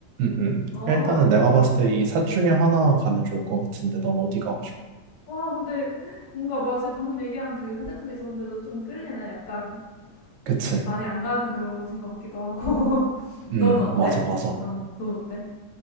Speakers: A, on the right (about 80°); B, on the left (about 80°).
A: 응응.
B: 아,
A: 일단은 내가 봤을 때 이 셋 중에 하나 가면 좋을 것 같은데 넌 어디 가고 싶어?
B: 와, 근데 뭔가 마치 방금 얘기한 그 산책하기 좋은데도 좀 끌리네. 약간
A: 그치?
B: 많이 안 가는 그런 곳인 것 같기도 하고. <laughs>
A: 음
B: 너는 어때?
A: 맞아 맞아.
B: 어, 넌 어때?